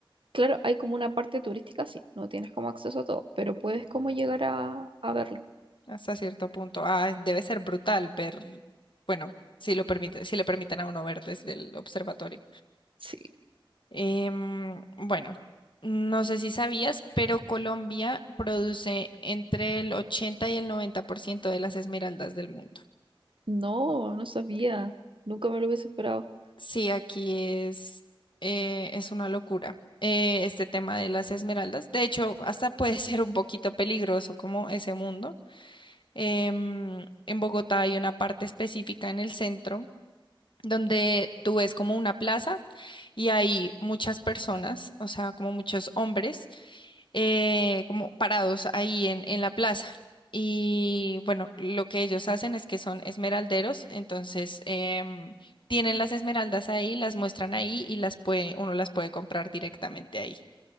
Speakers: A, on the right; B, on the left.
A: claro, hay como una parte turística, sí, no tienes como acceso a todo, pero puedes como llegar a, a verlo.
B: hasta cierto punto. Ah, debe ser brutal ver, bueno, si lo permite, si le permiten a uno ver desde el observatorio.
A: Sí,
B: Em, bueno, no sé si sabías, pero Colombia produce entre el 80 y el 90% de las esmeraldas del mundo.
A: no, no sabía, nunca me lo hubiese esperado.
B: Sí, aquí es, eh, es una locura. eh, este tema de las esmeraldas. De hecho, hasta puede <laughs> ser un poquito peligroso como ese mundo. em, en Bogotá hay una parte específica en el centro donde tú ves como una plaza y hay muchas personas, o sea, como muchos hombres, eh, como parados ahí en, en la plaza. Y bueno, lo que ellos hacen es que son esmeralderos, entonces em, tienen las esmeraldas ahí, las muestran ahí y las puede, uno las puede comprar directamente ahí.